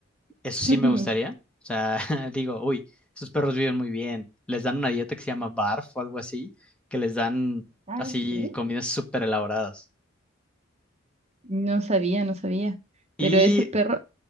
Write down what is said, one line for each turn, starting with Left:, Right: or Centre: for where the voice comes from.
Centre: Eso
Right: <laughs>
Centre: sí me gustaría. O sea, <laughs> digo, uy, esos perros viven muy bien. Les dan una dieta que se llama BARF o algo así, que les dan
Right: Ah,
Centre: así
Right: sí.
Centre: comidas súper elaboradas.
Right: No sabía, no sabía.
Centre: Y,
Right: Pero esos perros,